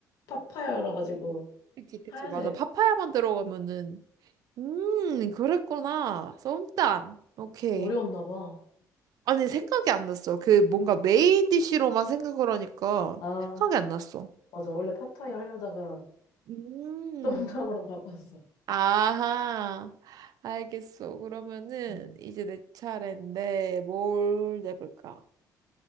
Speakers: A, on the left; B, on the right.
A: 파파야라 가지고
B: 그치, 그치,
A: 하얀색
B: 맞아. 파파야만 들어가면은. 음, 그랬구나. 쏨땀. 오케이.
A: 어려웠나 봐.
B: 아니, 생각이 안 났어. 그 뭔가 메인 디쉬로만 생각을 하니까
A: 아,
B: 생각이 안 났어.
A: 맞아. 원래 파타야 하려다가
B: 음.
A: <laughs> 똥감으로 바꿨어.
B: 아하. 알겠어. 그러면은
A: 음,
B: 이제 내 차례인데 뭘 내볼까?